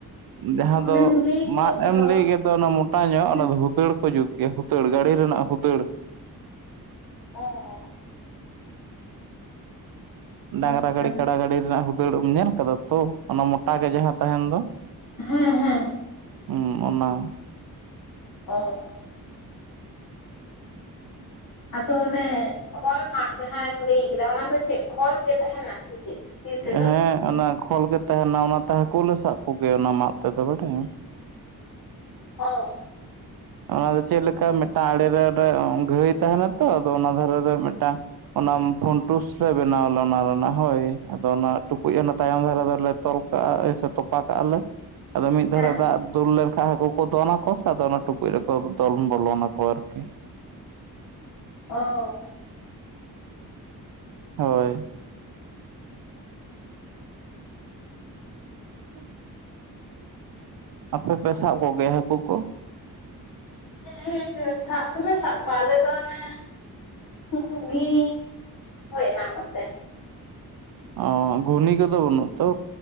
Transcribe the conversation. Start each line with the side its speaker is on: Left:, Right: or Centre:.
Right: ᱡᱟᱦᱟᱸ
Left: ᱚᱱᱮᱢ
Right: ᱫᱚ
Left: ᱞᱟᱹᱭ
Right: ᱢᱟᱫ
Left: ᱠᱮᱫ
Right: ᱮᱢ
Left: ᱫᱚ
Right: ᱞᱟᱹᱭ ᱜᱮ ᱚᱱᱟ ᱢᱚᱴᱟ ᱧᱚᱜ,
Left: ᱦᱮᱸ
Right: ᱚᱱᱟ ᱫᱚ ᱦᱩᱫᱟᱹᱲ ᱠᱚ ᱡᱩᱛ ᱜᱮᱭᱟ, ᱦᱩᱫᱟᱹᱲ ᱜᱟᱹᱲᱤ ᱨᱮᱱᱟᱜ ᱦᱩᱫᱟᱹᱲ
Left: ᱚ
Right: ᱰᱟᱝᱨᱟ
Left: ᱦᱳᱭᱛᱚ
Right: ᱜᱟᱹᱰᱤ ᱠᱟᱰᱟ ᱜᱟᱹᱰᱤ ᱨᱮᱱᱟᱜ ᱦᱩᱫᱟᱹᱲ ᱮᱢ ᱧᱮᱞ ᱠᱟᱫᱟ ᱛᱚ, ᱚᱱᱟ ᱢᱚᱴᱟ ᱜᱮ ᱡᱟᱦᱟᱸ ᱛᱟᱦᱮᱱ ᱫᱚ᱾
Left: ᱦᱮᱸ ᱦᱮᱸ
Right: ᱦᱩᱸ ᱚᱱᱟ
Left: ᱚ ᱟᱫᱚ ᱚᱱᱮ ᱠᱷᱚᱞ ᱢᱟᱫ ᱡᱟᱦᱟᱸᱢ ᱞᱟᱹᱭ ᱠᱮᱫᱟ᱾ ᱚᱱᱟ ᱫᱚ ᱪᱮᱫ ᱠᱷᱚᱞ ᱜᱮ ᱛᱟᱦᱮᱱᱟ ᱥᱮ ᱪᱮᱫ? ᱵᱷᱤᱛᱤᱨ ᱛᱮᱫᱚ?
Right: ᱦᱮᱸ ᱚᱱᱟ ᱠᱷᱚᱞ ᱜᱮ ᱛᱟᱦᱮᱱᱟ ᱚᱱᱟᱛᱮ ᱦᱟᱹᱠᱩ ᱞᱮ ᱥᱟᱵ ᱠᱚᱜᱮᱭᱟ ᱚᱱᱟ ᱢᱟᱫ ᱛᱮᱫᱚ ᱵᱟᱴᱟᱭ
Left: ᱚ
Right: ᱚᱱᱟ ᱫᱚ ᱪᱮᱫ ᱞᱮᱠᱟ ᱢᱤᱫᱴᱟᱝ ᱟᱲᱮᱨᱮ ᱜᱷᱟᱹᱭ ᱛᱟᱦᱮᱱᱟ ᱛᱚ ᱟᱫᱚ ᱚᱱᱟ ᱫᱷᱟᱨᱮ ᱫᱚ ᱢᱤᱫᱴᱟᱝ ᱚᱱᱟ ᱯᱷᱩᱱᱴᱩᱥ ᱞᱮ ᱵᱮᱱᱟᱣᱚᱞ ᱚᱱᱟ ᱨᱮᱱᱟᱜ ᱦᱳᱭ ᱟᱫᱚ ᱚᱱᱟ ᱴᱩᱠᱩᱡ ᱚᱱᱟ ᱛᱟᱭᱚᱢ ᱫᱷᱟᱨᱮ- ᱫᱷᱟᱨᱮ ᱛᱚᱞ ᱠᱟᱜᱼᱟ ᱥᱮ ᱛᱚᱯᱟ ᱠᱟᱜᱼᱟ ᱞᱮ ᱟᱫᱚ ᱢᱤᱫ ᱫᱷᱟᱨᱮ
Left: ᱦᱮᱸ
Right: ᱫᱟᱜ ᱫᱩᱞ ᱞᱮᱱᱠᱷᱟᱱ ᱦᱟᱹᱠᱩ ᱠᱚ ᱫᱚᱱᱟᱠᱚ ᱥᱮ ᱟᱫᱚ᱾ ᱴᱩᱠᱩᱠᱚ ᱫᱚᱞᱚᱢ ᱵᱚᱞᱚᱱ ᱟᱠᱤ ᱟᱨᱠᱤ᱾
Left: ᱚ
Right: ᱦᱳᱭ <inaudible> ᱟᱯᱮ ᱯᱮ ᱥᱟᱵ ᱠᱚᱜᱮᱭᱟ ᱦᱟᱹᱠᱩ ᱠᱚ
Left: ᱦᱮᱸ ᱥᱟᱵ ᱫᱚᱢᱮ ᱥᱟᱵ ᱠᱚᱣᱟ ᱟᱞᱮ ᱫᱚ ᱚᱱᱮ ᱜᱷᱩᱜᱤ ᱦᱟᱱᱟ ᱠᱚᱛᱮ
Right: ᱚ ᱜᱷᱩᱱᱤ ᱠᱚᱫᱚ ᱵᱟᱹᱱᱩᱜ ᱛᱚ